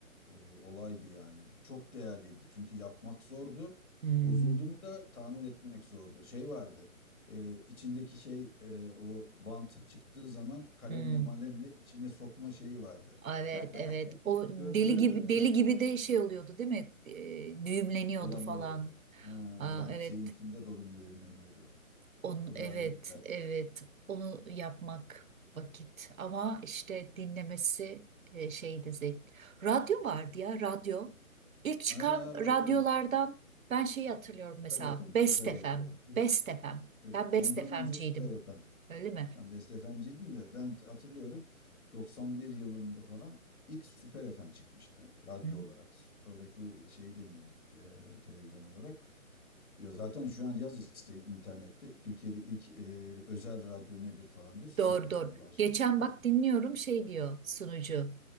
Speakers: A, on the left; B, on the right.
A: e, olaydı yani. Çok değerliydi. Çünkü yapmak zordu.
B: Hmm,
A: Bozuldu mu da tamir etmek zordu. Şey vardı. e, içindeki şey e, o bant çıktığı zaman kalemle
B: hmm.
A: malemle içine sokma şeyi vardı.
B: Evet
A: <laughs>
B: evet o deli
A: Döndüre
B: gibi
A: döndüre
B: deli gibi de şey oluyordu değil mi? Ee, düğümleniyordu
A: dolanıyordu.
B: falan.
A: Ha,
B: Aa,
A: yani
B: evet
A: şeyin içinde dolum düğümleniyordu.
B: onu
A: O
B: evet
A: da ayrı bir dertti.
B: evet onu yapmak vakit ama işte dinlemesi e, şeydi zevk. Radyo vardı ya radyo. İlk çıkan
A: Ha, radyo.
B: radyolardan ben şeyi hatırlıyorum mesela
A: Süper FM,
B: Best
A: Süper
B: FM.
A: FM.
B: Best FM.
A: E,
B: Ben Best
A: Ondan
B: FM'ciydim.
A: önce Süper FM.
B: Öyle
A: Sen Best FM'ciydin de ben hatırlıyorum 91 yılında falan ilk Süper FM çıkmıştı radyo
B: mi?
A: olarak. Sonraki şeyi demiyorum eee, televizyon olarak. Ya zaten şu an yaz işte internette Türkiye'de ilk eee, özel radyo nedir falan diye Süper
B: Doğru
A: FM'le
B: doğru.
A: başlamıştır.
B: Geçen bak dinliyorum şey diyor sunucu.